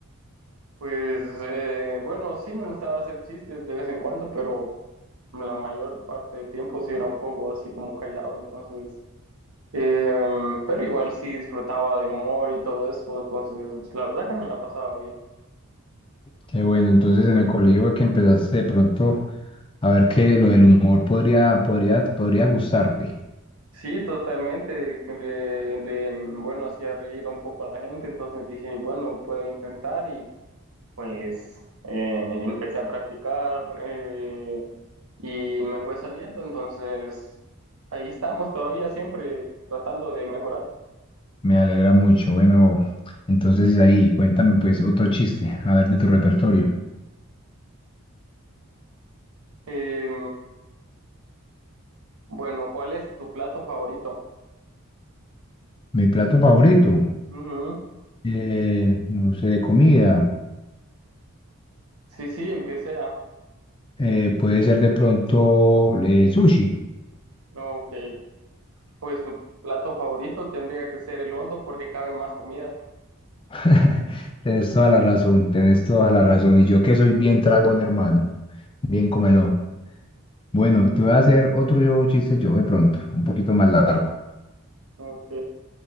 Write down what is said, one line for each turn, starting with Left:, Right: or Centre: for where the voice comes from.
Right: Pues eh, bueno, sí me gustaba hacer chistes de vez en cuando, pero la mayor parte del tiempo sí era un poco así como callado, entonces, eh, pero igual sí disfrutaba del humor y todo eso, entonces la verdad que me la pasaba bien.
Left: Qué bueno, entonces en el colegio fue que empezaste de pronto a ver que lo del humor podría, podría, podría gustarte.
Right: Sí, totalmente, le, le, bueno, hacía reír un poco a la gente, entonces dije, bueno, puedo intentar y pues eh, empecé a practicar eh, y me fue saliendo, entonces ahí estamos todavía siempre tratando de mejorar.
Left: Me alegra mucho. Bueno, entonces ahí, cuéntame pues otro chiste, a ver de tu repertorio.
Right: Eh, bueno, ¿cuál es tu plato favorito?
Left: Mi plato favorito,
Right: Ujú.
Left: eh, no sé, de comida,
Right: Sí, sí, el que sea.
Left: eh, puede ser de pronto eh, el sushi.
Right: Ok, pues tu plato favorito tendría que ser el hondo porque cabe más comida.
Left: <laughs> Tenés toda la razón, tenés toda la razón. Y yo que soy bien tragón, hermano, bien comelón. Bueno, te voy a hacer otro yo chiste yo de pronto, un poquito más largo.
Right: Ok.